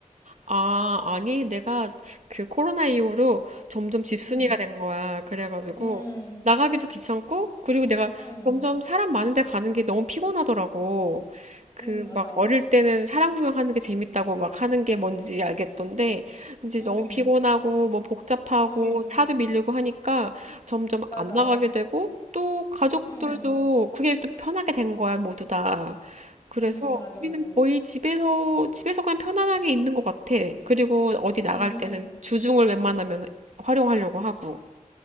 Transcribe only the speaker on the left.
응,
응,
응,
응, 맞아.
응,
응,
맞아.
응,
응, 맞아,
맞아.
응.